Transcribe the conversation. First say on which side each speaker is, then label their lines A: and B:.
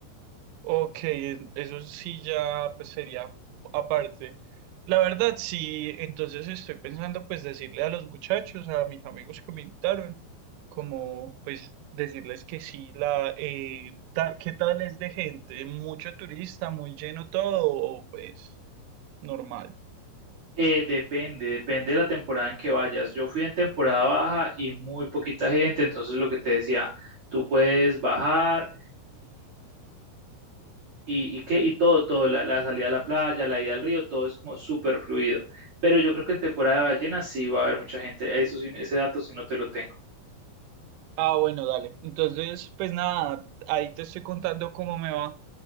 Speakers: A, on the right; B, on the right.
A: Ok, en- eso sí ya pues sería aparte. La verdad, sí, entonces estoy pensando pues decirle a los muchachos, a mis amigos que me invitaron, como pues decirles que sí, la, eh, ta- ¿qué tal es de gente? Mucho turista, muy lleno todo, o, pues normal.
B: Eh, depende, depende de la temporada en que vayas. Yo fui en temporada baja y muy poquita gente, entonces lo que te decía, tú puedes bajar y, y, qué y todo, todo, la, la, salida a la playa, la ida al río, todo es como súper fluido. Pero yo creo que en temporada de ballenas sí va a haber mucha gente. Eso sí, ese dato sí no te lo tengo.
A: Ah, bueno, dale. Entonces, pues nada, ahí te estoy contando cómo me va.